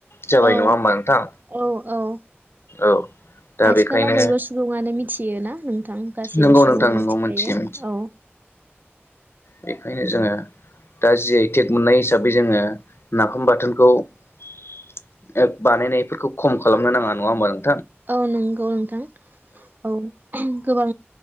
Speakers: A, on the left; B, on the right.
A: जाबाय
B: औ
A: नङा होमबा नोंथां
B: औ औ
A: औ दा
B: आथिखालाव
A: बेखायनो
B: बयबो सुबुङानो मिथियोना थां गासैबो
A: नंगौ
B: सुबुङा
A: नोंथां नंगौ
B: मिथिखायो
A: मिथियो मिथियो
B: औ
A: बेखायनो जोंङो दा जि आइ टेक मोननाय हिसाबै जोंङो नाफाम बाथोनखौ ओ बानायनायफोरखौ खम खालामनो नाङा नङा होमबा नों
B: औ नंगौ नोंथां औ गोबां